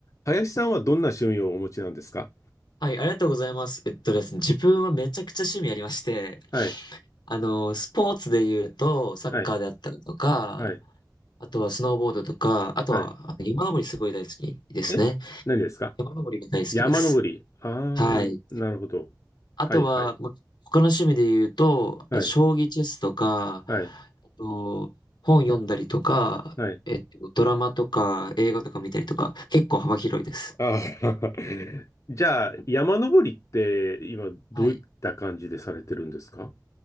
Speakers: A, on the left; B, on the left.
A: 林さんはどんな趣味をお持ちなんですか
B: はい、ありがとうございます。えっとですね、自分はめちゃくちゃ趣味ありまして、
A: はい、
B: あの、スポーツで言うと、サッカーであったりとか、
A: はい、はい、
B: あとはスノーボードとか、あとはあの山登りすごい大好きですね。
A: はい。え、何ですか
B: 山登りが大好きです。
A: 山登り。ああ、
B: はい。
A: なるほど。
B: あとは、
A: はい、はい、
B: ま他の趣味で言うと、
A: はい、
B: 将棋チェスとか、
A: はい、
B: あと本読んだりとか、
A: はい。
B: えっと、ドラマとか映画とか見たりとか、結構幅広いです。
A: あー <laughs> じゃあ、山登りって今どういった感じでされてるんですか
B: はい